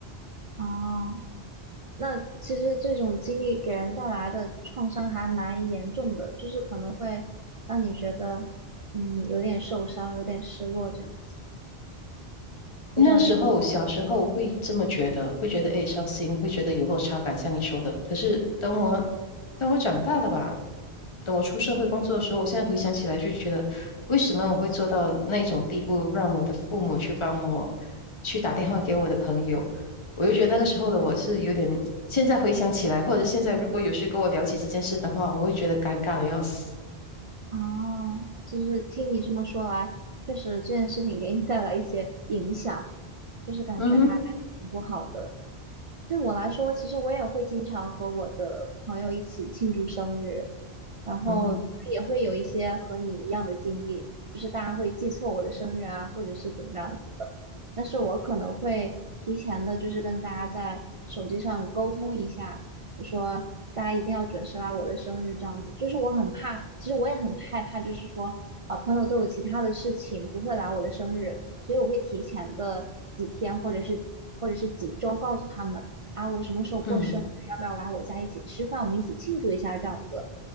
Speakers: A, on the right; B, on the left.
A: 哦，那其实这种经历给人带来的创伤还蛮严重的，就是可能会让你觉得，嗯，有点受伤，有点失落这样子。不知道你？
B: 那时候小时候会这么觉得，会觉得诶伤心，会觉得有落差感，像你说的。可是等我等我长大了吧，等我出社会工作的时候，我现在回想起来就觉得，为什么我会做到那种地步，让我的父母去帮我去打电话给我的朋友？我就觉得那个时候的我是有点，现在回想起来，或者现在如果有谁跟我聊起这件事的话，我会觉得尴尬的要死。
A: 哦，就是听你这么说来，确实这件事情给你带来一些影响，就是感觉还挺不好的。
B: 嗯哼，
A: 对我来说，其实我也会经常和我的朋友一起庆祝生日，然后可能也会有一些和你一样的经历，
B: 嗯哼，
A: 就是大家会记错我的生日啊，或者是怎么样子。但是我可能会提前的，就是跟大家在手机上沟通一下，我说大家一定要准时来我的生日，这样子。就是我很怕，其实我也很害怕，就是说啊，朋友都有其他的事情不会来我的生日，所以我会提前的几天或者是或者是几周告诉他们啊，我什么时候过生日，
B: 嗯，
A: 要不要来我家一起吃饭，我们一起庆祝一下这样子。